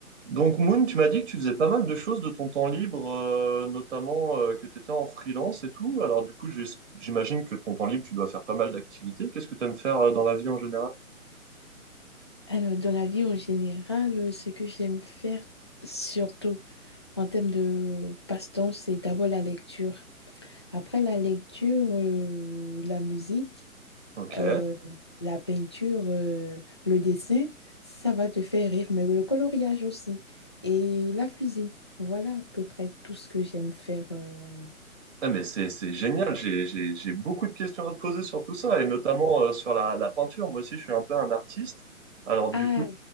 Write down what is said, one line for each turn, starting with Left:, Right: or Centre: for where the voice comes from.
Right: Donc, Moon, tu m'as dit que tu faisais pas mal de choses de ton temps libre, euh, notamment euh, que tu étais en freelance et tout. Alors, du coup, j'ai- j'imagine que ton temps libre, tu dois faire pas mal d'activités. Qu'est-ce que tu aimes faire euh, dans la vie en général?
Left: Alors, dans la vie en général, euh, ce que j'aime faire, surtout en termes de passe-temps, c'est d'abord la lecture. Après la lecture, euh, la musique,
Right: Ok.
Left: euh, la peinture, euh, le dessin, ça va te faire rire, mais le coloriage aussi. Et la cuisine. Voilà à peu près tout ce que j'aime faire. euh,
Right: Ah, mais c'est c'est génial, j'ai j'ai- j'ai beaucoup de questions à te poser sur tout ça, et notamment euh, sur la, la peinture. Moi aussi, je suis un peu un artiste. Alors du
Left: Ah,
Right: coup,